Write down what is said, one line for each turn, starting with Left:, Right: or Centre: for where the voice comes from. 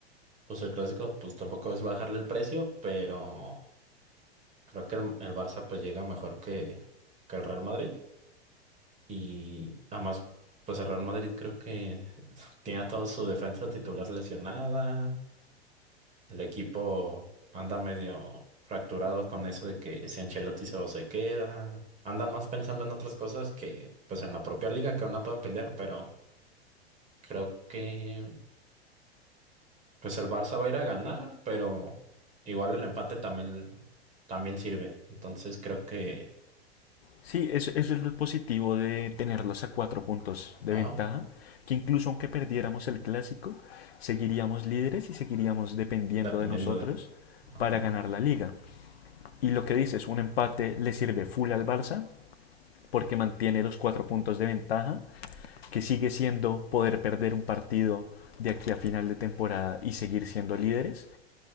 Right: pues el clásico pues tampoco es bajarle el precio, pero Creo que el, el Barça pues llega mejor que, que el Real Madrid y además pues el Real Madrid creo que <laughs> tiene a toda su defensa titular lesionada, el equipo anda medio fracturado con eso de que si Ancelotti se va o se queda, andan más pensando en otras cosas que pues en la propia liga que aún no pueden pelear, pero creo que pues el Barça va a ir a ganar, pero igual el empate también, también sirve, entonces creo que,
Left: Sí, eso, eso es lo positivo de tenerlos a cuatro puntos de
Right: ajá,
Left: ventaja, que incluso aunque perdiéramos el Clásico, seguiríamos líderes y seguiríamos dependiendo
Right: dependiendo
Left: de nosotros
Right: de... Ajá.
Left: para ganar la liga. Y lo que dices, un empate le sirve full al Barça porque mantiene los cuatro puntos de ventaja, que sigue siendo poder perder un partido de aquí a final de temporada y seguir siendo líderes.